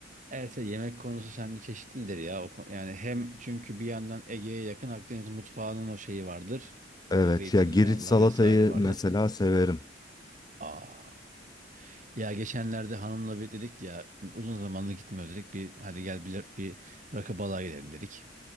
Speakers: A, on the right; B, on the left.
A: evet yemek konusu sende çeşitlidir ya. O, ko- yani hem çünkü bir yandan Ege'ye yakın Akdeniz mutfağının o şeyi vardır.
B: Evet
A: O zeytinyağlılar
B: ya Girit salatayı
A: vesaire vardır.
B: mesela severim.
A: Aa, Ya geçenlerde hanımla bir dedik ya uzun zamandır gitmiyoruz dedik. Bir hadi gel bir, bir rakı balığa gidelim dedik.